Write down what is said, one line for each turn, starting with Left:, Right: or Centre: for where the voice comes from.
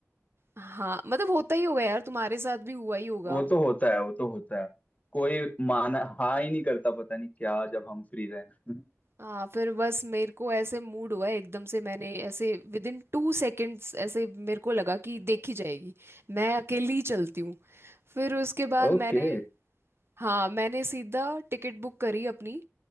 Right: हाँ मतलब होता ही होगा यार तुम्हारे साथ भी हुआ ही होगा
Left: वो तो होता है वो तो होता है कोई माना हाँ ही नहीं करता पता नहीं क्या जब हम फ्री रहें
Right: हाँ फिर बस मेरे को ऐसे मूड हुआ एकदम से मैंने ऐसे विद इन टू सेकेंड्स ऐसे मेरे को लगा
Left: <laughs>
Right: कि देखी जाएगी मैं अकेली ही चलती हूँ फिर उसके बाद
Left: ओके
Right: मैंने हाँ मैंने सीधा टिकट बुक करी अपनी